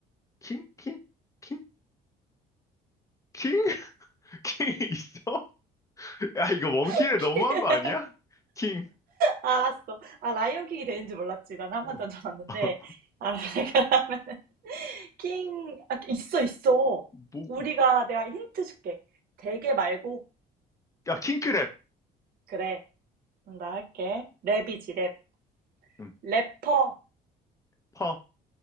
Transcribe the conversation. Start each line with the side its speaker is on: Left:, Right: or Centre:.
Left: 킹, 킹, 킹, 킹, <laughs> 킹 있어? 야, 이거 원킬에
Right: <laughs>
Left: 너무한 거 아니야? 킹,
Right: 알았어. 아, 라이언킹이 되는지 몰랐지. 난 한
Left: 어,
Right: 번 던져놨는데.
Left: <laughs>
Right: 아, <laughs> 그러면은, 킹, 아, 있어, 있어.
Left: 뭐,
Right: 우리가, 내가 힌트 줄게. 대게 말고,
Left: 야, 킹크랩.
Right: 그래. 그럼 나 할게. 랩이지, 랩.
Left: 음,
Right: 래퍼.
Left: 퍼,